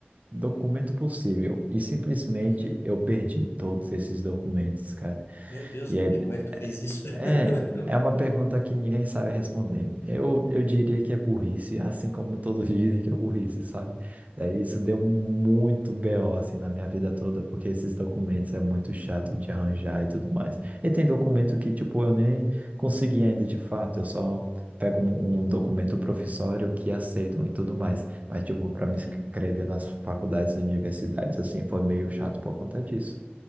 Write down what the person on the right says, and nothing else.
documento possível. E simplesmente
eu perdi todos esses documentos, cara.
E
aí,
é, é uma pergunta que ninguém sabe responder. Eu, eu diria que é burrice, assim como todos <laughs> dizem que é burrice, sabe? É, isso deu muito BO assim na minha vida toda, porque esses documentos é muito chato de arranjar e tudo mais. E tem documento que, tipo, eu nem consegui ainda de fato, eu só pego um, um documento provisório que aceitam e tudo mais. Mas, tipo, para
me inscrever nas faculdades e universidades, assim, foi meio chato por conta disso.